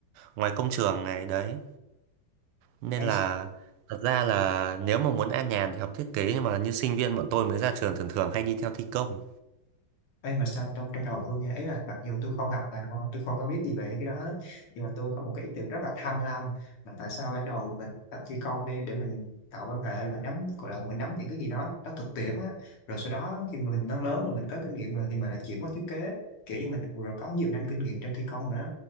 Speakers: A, on the right; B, on the left.
A: ngoài công trường này đấy nên
B: Ê,
A: là thật ra là nếu mà muốn an nhàn thì học thiết kế nhưng mà như sinh viên bọn tôi mới ra trường thường thường hay đi theo thi công
B: Ê, mà sao trong trong đầu tôi nha ý là mặc dù tôi không học ngành con tôi không có biết gì về cái đó hết nhưng mà tôi có một cái ý tưởng rất là tham lam là tại sao ban đầu mình tập phi công đi để mình tạo quan hệ rồi mình nắm gọi là mình nắm những cái gì đó nó thực tiễn á rồi sau đó khi mà mình lớn lớn rồi mình có kinh nghiệm rồi thì mình lại chuyển qua thiết kế kiểu như mình rồi có nhiều năm kinh nghiệm trong thi công rồi đó